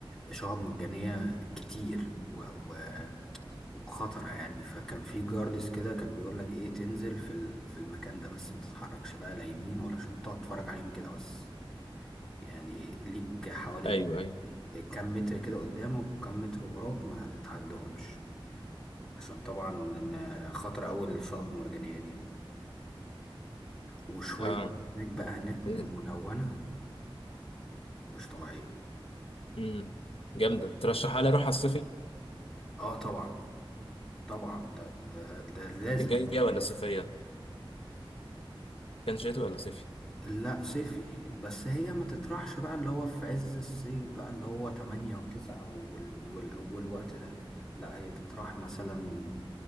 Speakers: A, in the centre; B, on the left.
A: شعاب مرجانيه كتير و- و- وخطره يعني فكان في جاردس كده كان بيقول لك ايه تنزل في ال- في المكان ده بس ما تتحركش بقى لا يمين ولا شمال تقعد تتفرج عليهم كده بس يعني ليك حوالي
B: ايوه ايوه
A: كام متر كده قدامك وكام متر وراك ما تتعدهمش عشان طبعا إن خطر اول الشعاب المرجانيه دي وشوية
B: اه
A: أسماك بقى هناك ملونة
B: إيه؟
A: مش طبيعية
B: مم. جامده ترشحها لي اروح على الصيف
A: اه طبعا طبعا ده ده ده, ده لازم
B: الجاي
A: طبعا
B: دي ولا صيفيه مكان شتوي ولا صيفي
A: لا صيفي بس هي ما تطرحش بقى اللي هو في عز الصيف بقى اللي هو تمانية وتسعة وال- والأول وقت ده لا هي تطرح مثلا